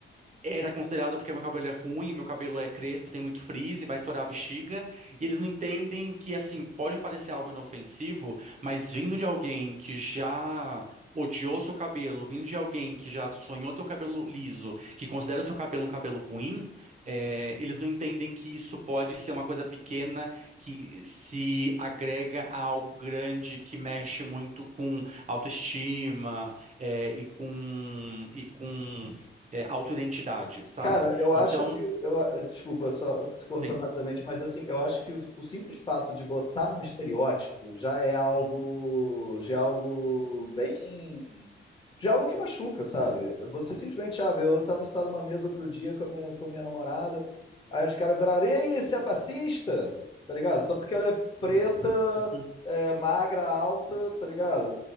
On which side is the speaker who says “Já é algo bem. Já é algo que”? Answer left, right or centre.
Left